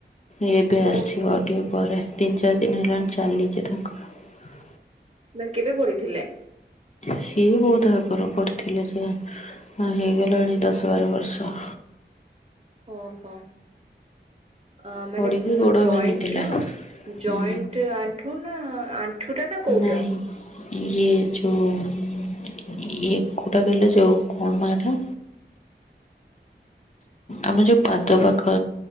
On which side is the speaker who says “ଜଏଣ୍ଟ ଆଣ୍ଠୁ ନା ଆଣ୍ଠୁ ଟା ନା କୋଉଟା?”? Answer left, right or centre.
Right